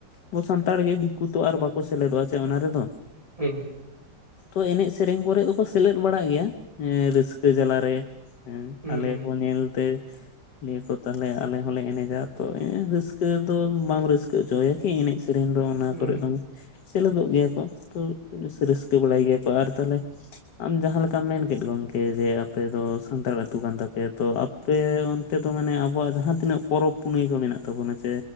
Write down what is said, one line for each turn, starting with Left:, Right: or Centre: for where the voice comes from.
Left: ᱟᱵᱚ ᱥᱟᱱᱛᱟᱲ ᱜᱮ ᱫᱤᱠᱩ ᱟᱨ ᱵᱟᱠᱚ ᱥᱮᱞᱮᱫᱚᱜᱼᱟ ᱥᱮ ᱚᱱᱟ ᱨᱮᱫᱚ
Right: ᱦᱩᱸ
Left: ᱛᱚ ᱮᱱᱮᱡ ᱥᱮᱨᱮᱧ ᱠᱚᱨᱮ ᱫᱚᱠᱚ ᱥᱮᱞᱮᱫ ᱵᱟᱲᱟᱜ ᱜᱮᱭᱟ ᱨᱟᱹᱥᱠᱟᱹ ᱡᱟᱞᱟ ᱨᱮ ᱦᱮᱸ
Right: ᱦᱩᱸ
Left: ᱟᱞᱮ ᱠᱚ ᱧᱮᱞ ᱛᱮ ᱞᱟ. ᱭᱟ ᱠᱚ ᱛᱟᱦᱚᱞᱮ ᱟᱞᱮ ᱦᱚᱞᱮ ᱮᱱᱮᱡᱟ ᱛᱚ ᱮᱸ ᱨᱟᱹᱥᱠᱟᱹ ᱫᱚ ᱵᱟᱢ ᱨᱟᱹᱥᱠᱟᱹ ᱚᱪᱚ ᱟᱭᱟ ᱠᱤ ᱮᱱᱮᱡ ᱥᱮᱨᱮᱧ ᱫᱚ ᱚᱱᱟ
Right: ᱦᱩᱸ
Left: ᱠᱚᱨᱮ ᱫᱚ ᱥᱮᱞᱮᱫᱚᱜ ᱜᱮᱭᱟ ᱠᱚ ᱛᱚ ᱨᱟᱹᱥᱠᱟᱹ ᱵᱟᱲᱟᱭ ᱜᱮᱭᱟ ᱠᱚ, ᱟᱨ ᱛᱟᱦᱚᱞᱮ ᱟᱢ ᱡᱟᱦᱟᱸ ᱞᱮᱠᱟᱢ ᱢᱮᱱ ᱠᱮᱫ ᱜᱚᱝᱠᱮ ᱡᱮ ᱟᱯᱮ ᱫᱚ ᱥᱟᱱᱛᱟᱲ ᱟᱹᱛᱩ ᱠᱟᱱ ᱛᱟᱯᱮᱭᱟ ᱛᱚ ᱟ ᱯᱮ ᱚᱱᱛᱮ ᱫᱚ ᱢᱟᱱᱮ ᱟᱵᱚᱣᱟᱜ ᱡᱟᱦᱟᱸ ᱛᱤᱱᱟᱹᱜ ᱯᱚᱨᱚᱵᱽ ᱯᱩᱱᱟᱹᱭ ᱠᱚ ᱢᱮᱱᱟᱜ ᱛᱟᱵᱚᱱᱟ ᱡᱮ